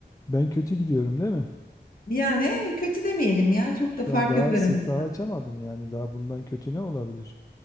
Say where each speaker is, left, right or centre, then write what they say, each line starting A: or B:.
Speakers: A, on the left; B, on the left.
A: ben kötü gidiyorum değil mi?
B: yani kötü demeyelim ya. Çok
A: Şu
B: da fark
A: an daha
B: yok aramızda.
A: siftahı açamadım yani daha bundan kötü ne olabilir?